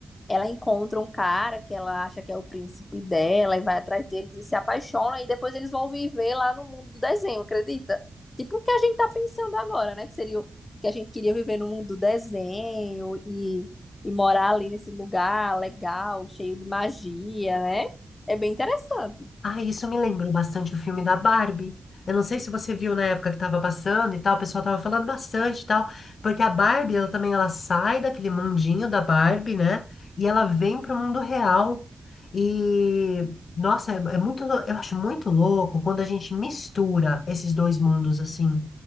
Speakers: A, on the left; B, on the left.
A: ela encontra um cara que ela acha que é o príncipe dela e vai atrás deles e se apaixona, e depois eles vão viver lá no mundo do desenho, acredita? Tipo o que a gente tá pensando agora, né? Que seria o que a gente queria viver no mundo do desenho e, e morar ali nesse lugar legal, cheio de magia, né? É bem interessante.
B: Ah, isso me lembrou bastante o filme da Barbie. Eu não sei se você viu na época que estava passando e tal, o pessoal tava falando bastante e tal, porque a Barbie, ela também ela sai daquele mundinho da Barbie, né? E ela vem pro mundo real. E nossa, é, é muito, lou- eu acho muito louco quando a gente mistura esses dois mundos assim.